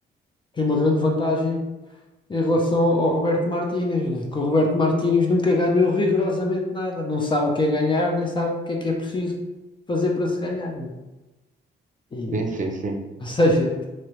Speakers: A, on the left (about 25°); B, on the right (about 40°).
A: tem uma grande vantagem em relação ao Roberto Martínez, né? Que o Roberto Martínez nunca ganhou rigorosamente nada. Não sabe o que é ganhar, nem sabe o que é que é preciso fazer para se ganhar, né? E,
B: Sim, sim,
A: <laughs>
B: sim.
A: ou seja,